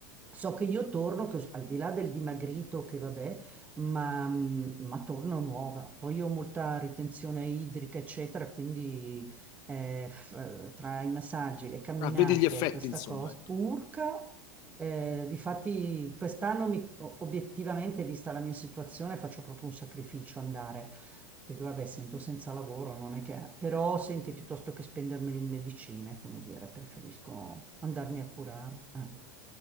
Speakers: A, on the right; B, on the left.
A: So che io torno, che al di là del dimagrito, che vabbè, ma, mm, ma torno nuova. Poi io ho molta ritenzione idrica, eccetera, quindi eh, f- eh, tra i massaggi, le camminate,
B: ah, vedi gli effetti,
A: questa
B: insomma,
A: cosa,
B: ecco.
A: urca. Eh, difatti quest'anno mi- o- obiettivamente, vista la mia situazione, faccio proprio un sacrificio andare. Dico, vabbè, essendo senza lavoro non è che... Però senti, piuttosto che spendermeli in medicine, come dire, preferisco andarmi a curare. eh.